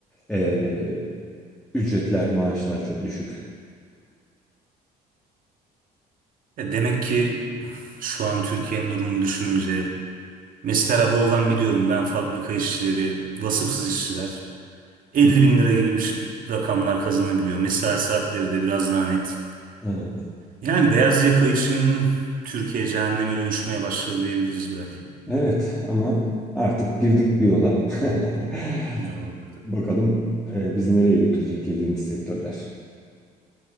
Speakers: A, in the centre; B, on the right.
A: e, ücretler, maaşlar çok düşük.
B: E demek ki şu an Türkiye'nin durumunu düşününce mesela Bolu'dan biliyorum ben fabrika işçileri, vasıfsız işçiler 50
A: Hı.
B: bin lira gibi bir ş- rakamlar kazanabiliyor. Mesai saatleri de biraz daha net.
A: Evet.
B: Yani beyaz yaka için Türkiye cehenneme dönüşmeye başladı diyebiliriz belki.
A: Evet ama artık girdik bir yola. <laughs>
B: Ne olur
A: Bakalım e, bizi nereye götürecek girdiğimiz sektörler.